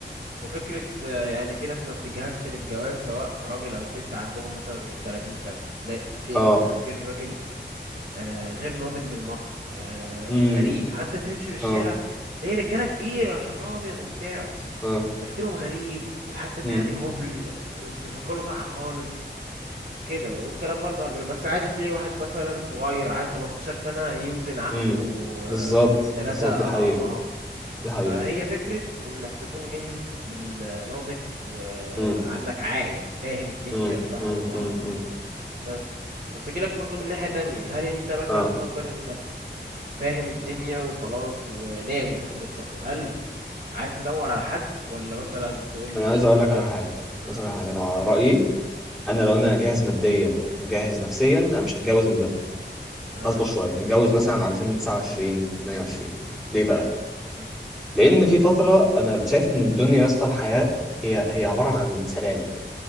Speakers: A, on the right; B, in the centre.
A: وفكرة آه، يعني في ناس ما بتجهزش للجواز سواء راجل أو ست عندهم مثلا 30 سنة تلاقي هتلاقي
B: اه
A: برضه تفكير الراجل آه، غير ناضج بالمرة آه،
B: امم
A: غريب حتى تمشي في الشارع
B: اه
A: تلاقي رجالة كبيرة شعرها أبيض وبتاع
B: اه
A: تفكيرهم غريب لحد ما
B: امم
A: يعني هبل مش بيفكروا صح خالص كده والكلام برضه على البنات بس عادي تلاقي واحد مثلا صغير عادي 18 سنة يوزن عقله
B: امم بالظبط
A: آه، تلاتة
B: بالظبط دي حقيقة
A: أضعاف عمر
B: دي
A: فهي
B: حقيقة
A: فكرة إنك تكون جاهز بالناضج وعندك
B: امم
A: عاقل فاهم الدنيا
B: امم
A: صح
B: امم
A: والغلط
B: امم
A: وكده
B: أمم.
A: بس بس أجيلك برضه من ناحية تانية هل أنت مثلا
B: اه
A: مقدر إنك فاهم الدنيا وخلاص وناوي تاخد الخطوة هل عايز تدور على حد ولا مثلا تقول
B: انا
A: لمامتك
B: عايز اقول لك على حاجة
A: آه
B: عايز اقول لك على حاجة لو على رأيي انا لو انا جاهز ماديا وجاهز نفسيا انا مش هتجوز من بدري
A: آه
B: اصبر شوية اتجوز مثلا على سن 29 28 ليه
A: اشمعنى
B: بقى
A: مم،
B: لان في فترة انا شايف ان الدنيا يا اسطى الحياة هي هي عبارة عن سلالم